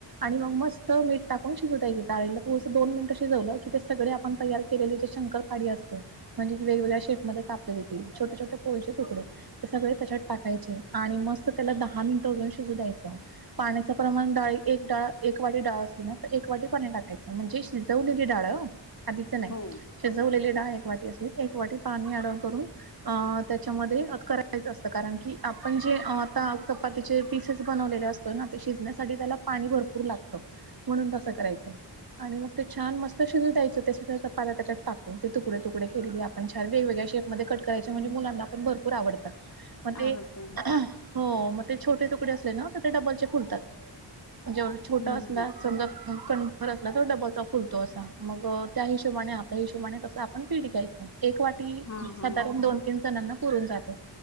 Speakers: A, on the right (about 55°); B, on the left (about 40°).
A: आणि मग मस्त मीठ टाकून शिजू द्यायचं डाळीला थोडसं दोन मिनिटं शिजवलं की ते सगळे आपण तयार केलेले जे शंकर काडी असतो म्हणजे कीे वेगवेगळ्या शेप मध्ये कापलेली छोटे छोटे पोळीचे तुकडे. ते सगळे त्याच्यात टाकायचे आणि मस्त त्याला दहा मिनटं अजून शिजू द्यायचं. पाण्याच प्रमाण डाळी एक डाळ एक वाटी डाळ असली ना तर एक वाटी पाणी टाकायचं म्हणजे शिजवलेली डाळ ह. आधीच नाही.
B: हो
A: शिजवलेली डाळ एक वाटी असली, एक वाटी पाणी ॲड ऑन करून अ त्याच्यामध्ये अग करायचं असतं कारण की आपण जे आता चपातीचे पिसेस बनवलेले असतो ना ते शिजण्यासाठी त्याला पाणी भरपूर लागत म्हणून तसं करायचं. आणि मग ते छान मस्त शिजू द्यायचं त्याच्या त्याच्यात टाकून ते तुकडे तुकडे केलेले आपण पण छान वेगवेगळ्या शेप मध्ये कट करायचे
B: हम्म
A: म्हणजे मुलांना पण भरपूर आवडतात मग ते
B: आवडत
A: हो मग ते छोटे तुकडे असले ना तर ते डबलचे फुलतात म्हणजे जेवढ
B: हम्म
A: छोटा असला
B: हम्म
A: समजा कणभर असला तर डबालचा फुलतो असा मग त्या हिशोबाने आपण त्या हिशोबाने तसं आपण पीठ घ्यायचं एक वाटी
B: हा हा
A: साधारण दोन तीन जणांना पुरून जातो.